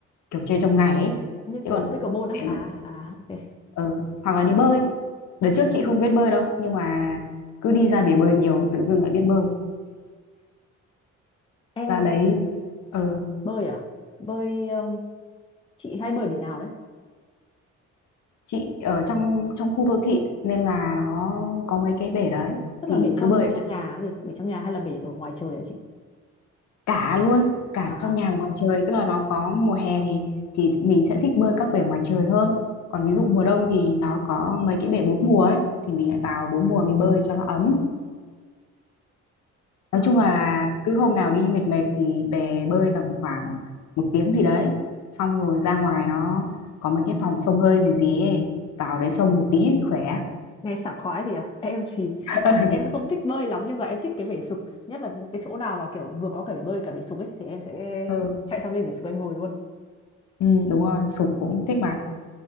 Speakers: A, on the left; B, on the left.
A: kiểu chơi trong ngày ấy
B: như
A: chứ
B: kiểu
A: còn
B: pickleball á.
A: để mà
B: À à ok.
A: ừ. hoặc là đi bơi đợt trước chị không biết bơi đâu nhưng mà cứ đi ra bể bơi nhiều tự dưng lại biết bơi
B: Em
A: ra đấy
B: thì
A: ừ.
B: bơi à? Bơi um, chị hay bơi bể nào đấy?
A: chị ở trong trong khu đô thị nên là nó có mấy cái bể đấy
B: Tức
A: thì
B: là bể trong
A: cứ bơi
B: bể
A: ở
B: trong
A: chỗ-
B: nhà gì? Bể trong nhà hay là bể ở ngoài trời hả chị?
A: cả luôn cả
B: À,
A: trong nhà và ngoài trời tức là nó có mùa hè thì thì mình sẽ thích bơi các bể ngoài trời hơn còn ví dụ mùa đông thì nó có mấy cái bể bốn mùa ấy thì mình lại vào bốn mùa mình bơi cho nó ấm nói
B: à
A: chung
B: à.
A: là cứ hôm nào đi mệt mệt thì về bơi tầm khoảng một tiếng gì đấy xong rồi ra ngoài nó có mấy cái phòng xông hơi gì gì ấy vào đấy xông một tí khỏe
B: nghe sảng khoái thì à. <laughs> Em thì
A: <laughs>
B: em thì em không thích bơi lắm nhưng mà em thích cái bể sục, nhất là cái chỗ nào mà kiểu vừa có cả bể bơi cả bể sục ấy thì em sẽ
A: ừ.
B: chạy sang bên bể sục em ngồi luôn.
A: ừ đúng rồi sục cũng thích mà